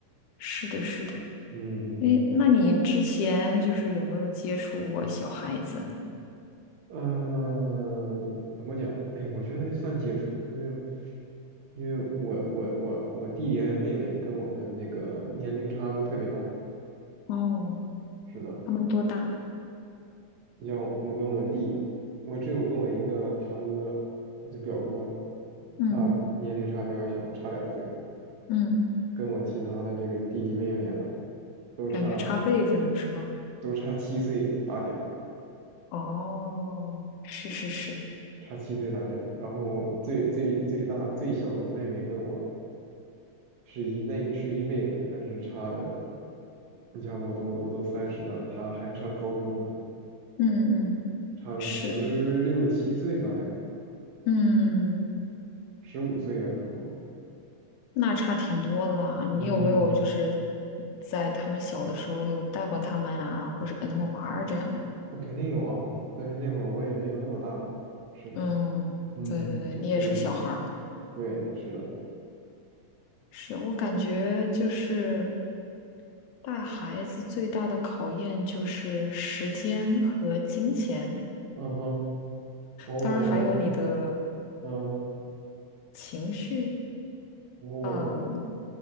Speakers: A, on the left (about 80°); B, on the right (about 70°).
A: 是的，是的，
B: 嗯嗯嗯
A: 诶，那你之前就是有没有接触过小孩子？
B: 呃，怎么讲？哎，我觉得算接触，因为因为我我我我弟弟还有妹妹跟我们那个年龄差都特别大。
A: 哦，
B: 是的，
A: 他们多大？
B: 你像我跟我弟，我只有跟我一个堂哥，就表哥，
A: 嗯
B: 他年龄差比较小，差两岁，
A: 嗯，
B: 跟我其他的这个弟弟妹妹啊，都差
A: 感觉差辈分了是吧？
B: 都差七岁打点。
A: 哦，是是是，
B: 差七岁大这，然后最最最大最小的妹妹跟我是一辈是一辈人，但是差的，你想我都我都三十了，她还上高中呢，
A: 嗯嗯嗯，
B: 差了十六七岁吧得有，
A: 是，嗯，
B: 十五岁了可能都，
A: 那差挺多的啦。你有没有就是
B: 嗯，
A: 在他们小的时候有带过他们啊，或者跟他们玩儿这样
B: 那肯定有啊，但是那会儿我也没有那么大，是的，
A: 嗯，
B: 嗯，
A: 对对对，
B: 就就是
A: 你也是小孩儿，
B: 对，是的，
A: 是我感觉就是带孩子最大的考验就是时间和金钱，
B: 嗯哼，哦，
A: 当然还有你的
B: 怎么，嗯，
A: 情绪。
B: 哦，
A: 嗯，